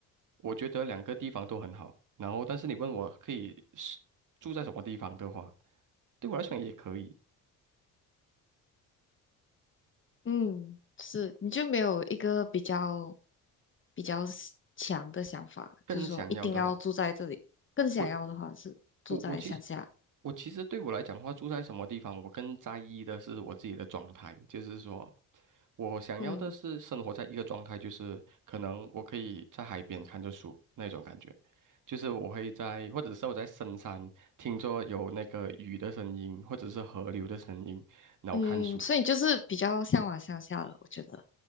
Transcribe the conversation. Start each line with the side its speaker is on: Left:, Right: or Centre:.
Right: 我觉得两个地方都很好，然后但是你问我可以是住在什么地方的话，对我来讲也可以，
Left: 嗯，是，你就没有一个比较比较 s- 强的想法，
Right: 更想要的话。
Left: 就是说一定要住在这里。更想要的话是住在乡下。
Right: 我。我我其实我其实对我来讲的话，住在什么地方，我更在意的是我自己的状态，就是说，我想要的是生活在一个状态，
Left: 嗯
Right: 就是可能我可以在海边看着书那种感觉，就是我会在，或者是我在深山听着有那个雨的声音，或者是河流的声音，然后看书，
Left: 嗯，所以你就是比较向往乡下了，我觉得。